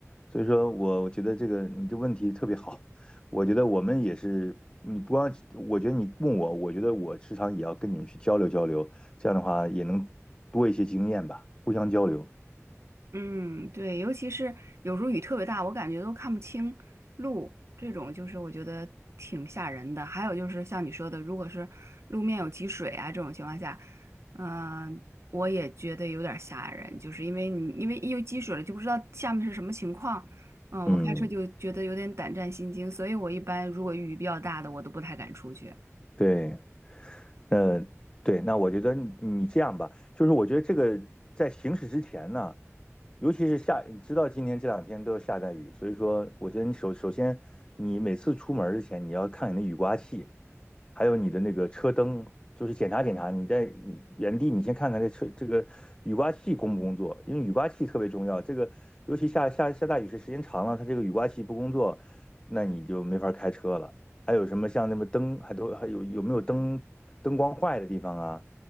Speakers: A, on the left (about 20°); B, on the right (about 60°).
A: 所以说我我觉得这个你这问题特别好，我觉得我们也是。你不光，我觉得你问我，我觉得我时常也要跟你们去交流交流，这样的话也能多一些经验吧，互相交流。
B: 嗯，对，尤其是有时候雨特别大，我感觉都看不清路，这种就是我觉得挺吓人的。还有就是像你说的，如果是路面有积水啊这种情况下，嗯、我也觉得有点吓人，就是因为你因为一有积水了就不知道下面是什么情况，嗯、
A: 嗯，
B: 我开车就觉得有点胆战心惊，所以我一般如果雨比较大的我都不太敢出去。
A: 对。呃，对，那我觉得你你这样吧，就是我觉得这个在行驶之前呢，尤其是下，你知道今天这两天都要下大雨，所以说我觉得你首首先你每次出门儿之前，你要看你的雨刮器，还有你的那个车灯，就是检查检查。你在原地你先看看这车这个雨刮器工不工作，因为雨刮器特别重要。这个尤其下下下大雨时时间长了，它这个雨刮器不工作，那你就没法开车了。还有什么像那么灯，还都还有有没有灯灯光坏的地方啊？